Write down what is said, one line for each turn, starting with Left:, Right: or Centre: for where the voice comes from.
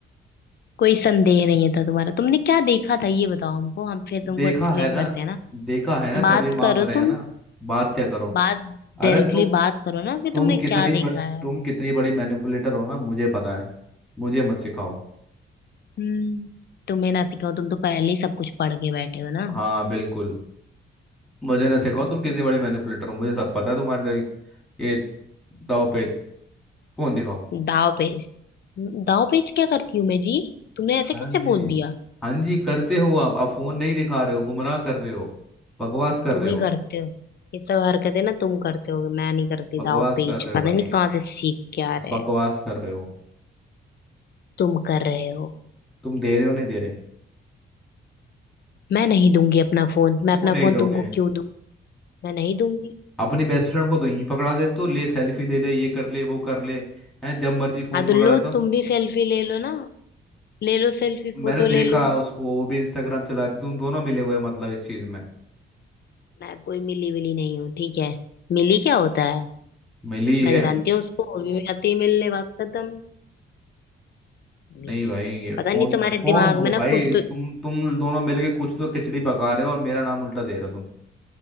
Left: कोई संदेह नहीं था तुम्हारा तुमने क्या देखा था ये बताओ हमको हम फिर तुमको
Centre: देखा
Left: एक्सप्लेन
Centre: है ना
Left: करते हैं ना
Centre: देखा है ना
Left: बात
Centre: तभी मांग
Left: करो
Centre: रहे हैं
Left: तुम
Centre: ना बात क्या करो
Left: बात डायरेक्टली
Centre: अरे तुम
Left: बात करो ना कि
Centre: तुम
Left: तुमने
Centre: कितनी
Left: क्या देखा
Centre: बड़ी
Left: है
Centre: तुम कितनी बड़ी मैनिपुलेटर हो ना मुझे पता है मुझे मत सिखाओ
Left: हम्म तुम्हें ना सिखाओ तुम तो पहले ही सब कुछ पढ़ के बैठे हो ना
Centre: हाँ बिल्कुल मुझे ना सिखाओ
Left: बिल्कुल
Centre: तुम कितनी बड़ी मैनिपुलेटर हो मुझे सब पता है तुम्हारे दाव- ये दाव पेच फोन दिखाओ
Left: दाव पेच दाव पेच क्या करती हूँ मैं जी तुमने ऐसे
Centre: हाँ
Left: कैसे
Centre: जी
Left: बोल दिया
Centre: हाँ जी करते हो आप आप फोन नहीं दिखा रहे हो गुमराह
Left: हम्म,
Centre: कर रहे हो बकवास कर
Left: तुम
Centre: रहे
Left: ही
Centre: हो
Left: करते हो ये सब हरकतें ना तुम करते हो मैं नहीं करती
Centre: बकवास
Left: दाव पेच
Centre: कर रहे
Left: पता
Centre: हो भाई
Left: नहीं कहाँ से सीख के आ रहे
Centre: बकवास
Left: हैं
Centre: कर रहे हो
Left: तुम कर रहे हो
Centre: तुम दे रहे हो नहीं दे रहे
Left: मैं नहीं दूंगी अपना फोन मैं
Centre: क्यों
Left: अपना
Centre: नहीं
Left: फोन
Centre: दोगे
Left: तुमको क्यों दूं मैं नहीं दूंगी
Centre: अपनी बेस्ट फ्रेंड को तो यहीं पकड़ा दे तो ले सेल्फी ले ले ये कर ले वो कर ले हैं जब मर्जी फोन
Left: हाँ तो
Centre: पकड़ा
Left: लो
Centre: दे तो
Left: तुम भी सेल्फी ले लो ना ले लो सेल्फी
Centre: मैंने
Left: फोटो
Centre: देखा
Left: ले लो
Centre: उसको वो भी इंस्टाग्राम चलाते तुम दोनों मिले हुए हैं, मतलब इस चीज में
Left: मैं कोई मिली विली नहीं हूँ ठीक है मिली क्या होता है
Centre: मिली
Left: मैं
Centre: है
Left: जानती हूँ उसको वो भी आती है मिलने बात खत्म मिली
Centre: नहीं भाई ये
Left: है पता
Centre: फोन
Left: नहीं तुम्हारे
Centre: फोन
Left: दिमाग
Centre: दो
Left: में ना
Centre: भाई
Left: कुछ
Centre: तुम
Left: तो
Centre: तुम दोनों मिलके कुछ तो खिचड़ी पका रहे हो और मेरा नाम उल्टा दे रहे हो तुम